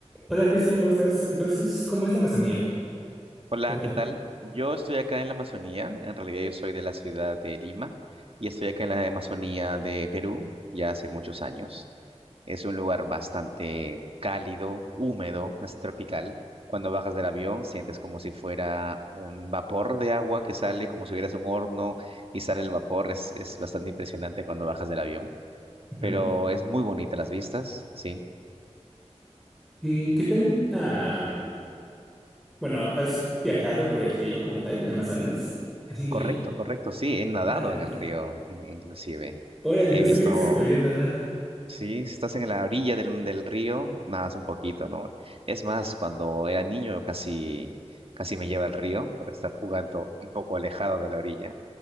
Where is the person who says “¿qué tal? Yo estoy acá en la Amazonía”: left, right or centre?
Right